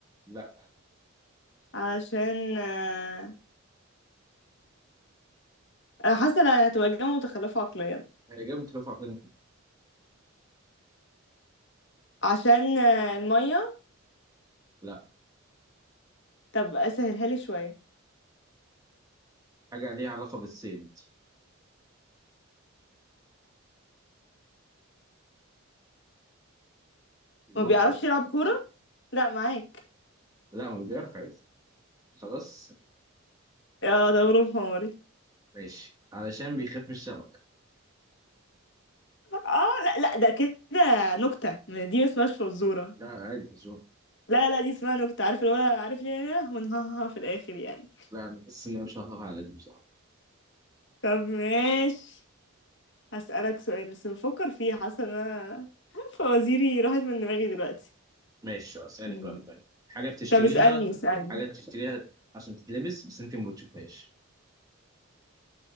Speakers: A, on the right; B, on the left.
A: لا،
B: علشان آه، انا حاسه إن هتبقى اجابه متخلفه عقليا
A: هي جامد خفيف على فكرة.
B: عشان آه، المية
A: لا
B: طب اسهلها لي شوية
A: حاجة ليها علاقة بالصيد الموت
B: ما بيعرفش
A: يعني.
B: يلعب كورة لا معاك
A: لا هو بيعرف عادي خلاص
B: اه ده غروب حماري
A: ماشي علشان بيخاف من الشبكة
B: اه لا لا ده كده نكتة ما دي ما اسمهاش فزورة
A: لا عادي في الشغل
B: لا لا دي اسمها نكتة عارف اللي هو عارف ليه ونهاها في الآخر يعني
A: لا أنا بس أنا مش هخاف على دي بصراحة
B: طب ماشي هسألك سؤال بس بفكر فيه حاسة ان انا <laughs> فوازيري راحت من دماغي دلوقتي
A: ماشي خلاص يعني
B: مم.
A: كمان طيب حاجة بتشتريها
B: طب اسألني اسألني
A: حاجة بتشتريها عشان تتلبس بس أنت ما بتشوفهاش